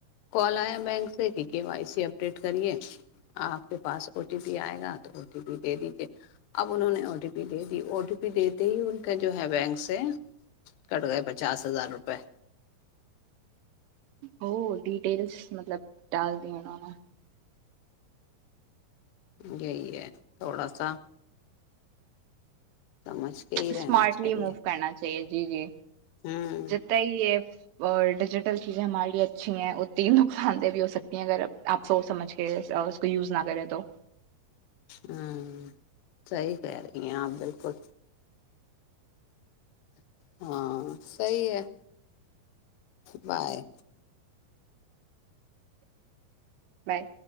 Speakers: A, on the left; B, on the right.
A: کول آیا بینک کے وائی سی اپڈیٹ کریے آپ کے پاس او ٹی پی آئے گا تو او ٹی پی دے دیجیے اب انہوں نے او ٹی پی دے دی او ٹی پی دیتے ہی ان کا جو ہے بینک سے کٹ گئے پچاس ہزار روپئے
B: وہ ڈیٹیلس مطلب ڈال دیا نے
A: یہی ہے تھوڑا سا سمجھ کے ہی
B: اسمارٹلی
A: رہنا چاہیے
B: موو کرنا چاہیے جی جی
A: ہوں
B: تائی یہ ڈیجیٹل چیزیں ہمارے لیے اچھی ہیں اتنی نقصان دہ بھی ہو سکتی ہیں اگر ا آپ سوچ سمجھ کے ا اس کو یوز نہ کریں تو
A: ہوں صحی کہے رہی ہے آپ بالکل ہاں سی ہے بائے
B: بائے